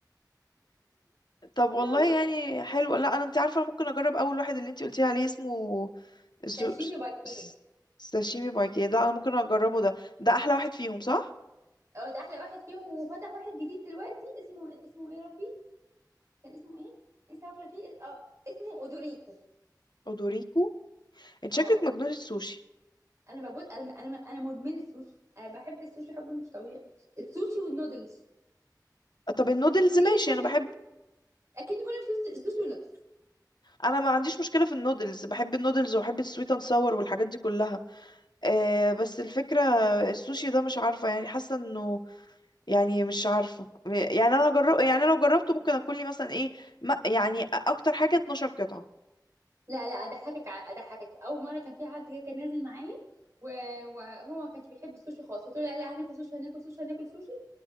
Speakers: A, on the left; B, on the right.
A: طب والله
B: <laughs>
A: يعني حلو لا انا انت عارفه أنا ممكن اجرب اول واحد اللي انت قلتي عليه اسمه سو...
B: ساشيمي باركيه
A: س- ساشيمي بايكي ده انا ممكن اجربه ده ده احلى واحد فيهم صح
B: هو ده احلى واحد فيهم وفتح واحد جديد دلوقتي اسمه اسمه ايه يا ربي كان اسمه ايه لسه واكله فيه اه اسمه اودوريكو
A: اودوريكو انت
B: اه
A: شكلك مجنونه السوشي
B: انا ببص انا انا انا مدمنه السوشي انا بحب السوشي حب مش طبيعي السوشي والنودلز
A: طب النودلز
B: اكلني
A: ماشي
B: كل
A: انا بحب
B: يوم اكلني كل يوم سوشي سوشي ونودلز
A: انا ما عنديش مشكله في النودلز بحب النودلز وبحب السويت اند ساور والحاجات دي كلها آه بس الفكره السوشي ده مش عارفه يعني حاسه انه يعني مش عارفة م- يعني انا جرب يعني لو جربته ممكن اكل لي مثلا ايه ما يعني اكتر حاجة 12 قطعة
B: لا لا اضحكك ع- اضحكك اول مره كان في حد كده كان نازل معايا و- وهو ما كانش بيحب السوشي خالص قلت له لا لا هناكل سوشي هناكل سوشي هناكل سوشي